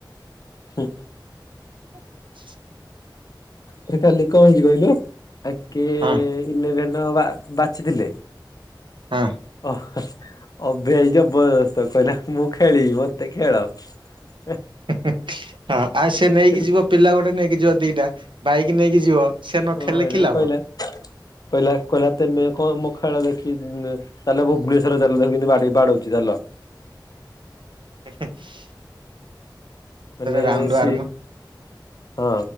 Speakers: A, on the left (about 50°); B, on the right (about 80°).
A: ହୁଁ
B: <unintelligible>
A: ଆରେ କାଲି କଣ ହେଇଛି କହିଲୁ? ଆଙ୍କେ
B: ହଁ
A: ଇଲେଭେନ ବାଛିଥିଲେ
B: ହଁ
A: ଓ ଅ ଭାଇ ଜବରଦସ୍ତ କହିଲା ମୁଁ ଖେଳିବି ମତେ ଖେଳଅ
B: ହଁ ଆଉ ସେ ନେଇକି
A: କହିଲା
B: ଯିବ ପିଲା ଗୋଟେ ନେଇକି ଯିବ ଦିଟା ବାଇକ ନେଇକି ଯିବ ସେ ନ
A: ହଁ
B: ଖେଳିଲେ କି
A: ଏ
B: ଲାଭ
A: କହିଲା କହିଲା କହିଲା ତେମେ। ମଖାଳ ଦେଖି ଚାଲ ଭୁବନେଶ୍ୱର ଚାଲ ଦେଖ କିମିତି ବାଡେଇ ବାଡଉଚି ଚାଲ।
B: <unintelligible>
A: ମାନେ
B: ଭୁନେଶ୍ବରରେ ରାଉଣ୍ଡ
A: ସି
B: ଆରମ୍ଭ।
A: ହଁ